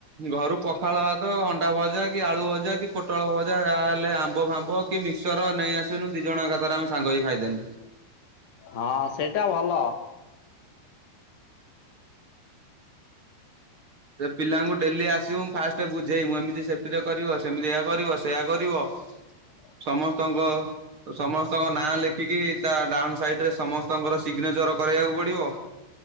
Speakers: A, on the right; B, on the left.
A: ଘରୁ ପଖାଳ ଭାତ ଅଣ୍ଡା ଭଜା କି ଆଳୁ ଭଜା କି ପୋଟଳ ଭଜା ଯାହାହେଲେ ଆମ୍ବ ଫାମ୍ବ। କି ମିକ୍ସଚର ନେଇ ଆସିନୁ ଦି ଜଣ ଏକାଥରେ ଆମେ ସାଙ୍ଗ ହେଇକି ଖାଇଦେନୁ।
B: ହଁ ସେଇଟା ଭଲ।
A: ସେ ପିଲାଙ୍କୁ ଡେଲି ଆସିବୁ ମୁଁ ଫାଷ୍ଟ ବୁଝେଇବୁ ଏମିତି ସେପ୍ଟି ରେ କରିବ ସେମିତି ଏୟା କରିବ ସେୟଆ କରିବ।
B: <unintelligible>
A: ସମସ୍ତଙ୍କ ସମସ୍ତଙ୍କ ନାଁ ଲେଖିକି ତା ଡାହାଣ ସାଇଟ ରେ ସମସ୍ତଙ୍କର ସିଗ୍ନେଚର କରିବାକୁ ପଡିବ।